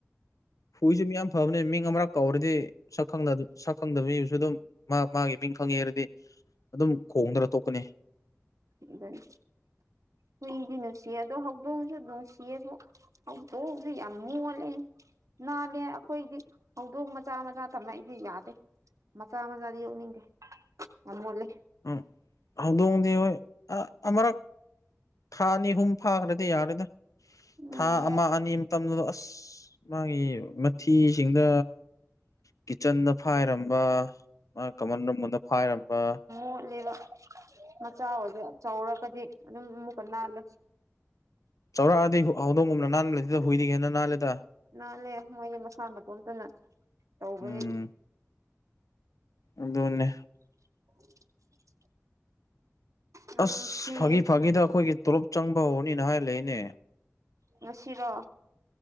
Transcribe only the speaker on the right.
ꯑꯗꯩ ꯍꯨꯏꯗꯤ ꯅꯨꯡꯁꯤ ꯑꯗꯣ ꯍꯧꯗꯣꯡꯁꯨ ꯅꯨꯡꯁꯤꯌꯦꯕꯨ ꯍꯧꯗꯣꯡꯁꯨ ꯌꯥꯝ ꯃꯣꯜꯂꯦ ꯅꯥꯜꯂꯦ ꯑꯩꯈꯣꯏꯗꯤ ꯍꯧꯗꯣꯡ ꯃꯆꯥ ꯃꯆꯥ ꯇꯝꯃꯛꯏꯗꯤ ꯌꯥꯗꯦ ꯃꯆꯥ ꯃꯆꯥꯗꯤ ꯌꯣꯛꯅꯤꯡꯗꯦ ꯌꯥꯝ ꯃꯣꯠꯂꯤ
ꯎꯝ
ꯈꯣꯠꯂꯦꯕ ꯃꯆꯥ ꯑꯣꯏꯁꯨ ꯆꯥꯎꯔꯒꯗꯤ ꯑꯗꯨꯝ ꯑꯃꯨꯛꯀ ꯅꯥꯜꯂꯦ
ꯅꯥꯜꯂꯦ ꯃꯣꯏꯗꯤ ꯃꯁꯥ ꯃꯇꯣꯝꯇꯅ ꯇꯧꯕꯅꯤ
<inaudible> ꯅꯪ
ꯉꯁꯤ
ꯉꯁꯤꯔꯣ